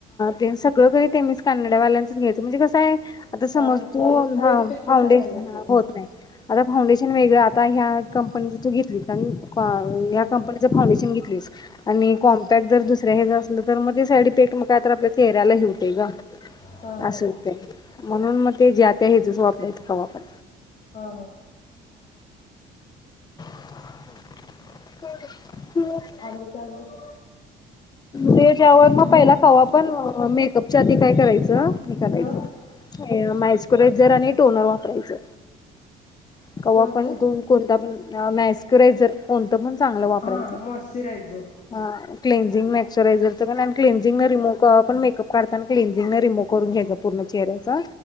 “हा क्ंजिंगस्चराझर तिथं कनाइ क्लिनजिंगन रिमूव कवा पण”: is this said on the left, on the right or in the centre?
Left